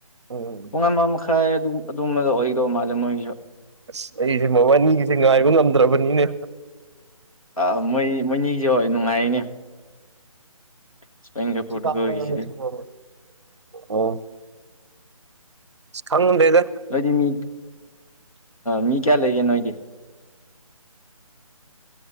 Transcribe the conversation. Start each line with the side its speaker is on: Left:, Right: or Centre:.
Right: ꯎꯝ
Left: ꯄꯨꯡ ꯑꯃ ꯃꯈꯥꯏ ꯑꯗꯨꯝ ꯑꯗꯨꯝꯕꯗ ꯑꯣꯏꯗꯧꯕ ꯃꯥꯜꯂꯦ ꯃꯣꯏꯒꯤꯁꯨ
Right: ꯑꯁ ꯑꯩꯁꯦ ꯃꯕꯥꯅꯤꯒꯤꯁꯦ ꯉꯥꯏꯕ ꯉꯝꯗ꯭ꯔꯕꯅꯤꯅꯦ
Left: ꯑꯥ ꯃꯣꯏ ꯃꯣꯏꯅꯤꯁꯨ ꯍ ꯅꯨꯡꯉꯥꯏꯅꯦ ꯏꯁꯄꯦꯟꯒ ꯄꯣꯔꯇꯨꯒꯜꯒꯤꯁꯤꯗꯤ
Right: ꯆꯤꯄꯥꯥꯀ ꯑꯣꯏ ꯍ ꯑꯣ ꯈꯉꯗ ꯏꯗ
Left: ꯅꯣꯏꯗꯤ ꯃꯤ ꯃꯤ ꯀꯌꯥ ꯂꯩꯒꯦ ꯅꯣꯏꯗꯤ